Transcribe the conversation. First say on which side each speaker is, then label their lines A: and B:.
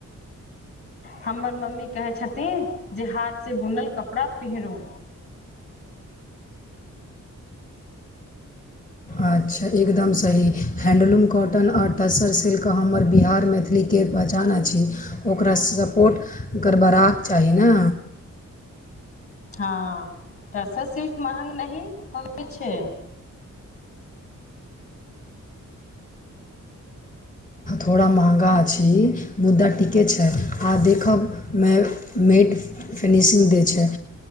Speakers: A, on the left; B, on the left.
A: हमर मम्मी कहे छथिन,। जे हाथ से बुनल कपड़ा पेहरू।
B: अच्छा! एकदम सही, हैण्डलूम, कॉटन, आओर टस्सर सिल्क, हमर बिहारमे लिके पहचानै अछी, ओकरा सपोर्ट कड़बड़ाक चाही ने।
A: हँ, टरसर सिल्क महग नहि होबय छै।
B: थोड़ा महँगा अछि, मुद्दा ठीके छै, आह देखब मे मेट फिनिशिंग दै छै।